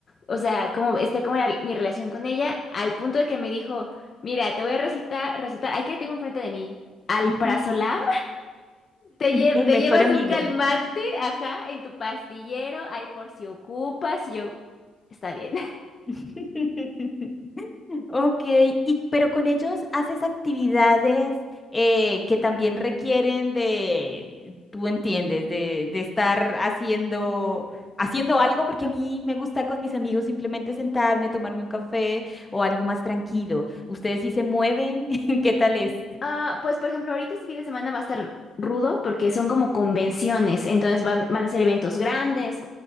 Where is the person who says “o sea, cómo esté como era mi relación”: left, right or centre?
Left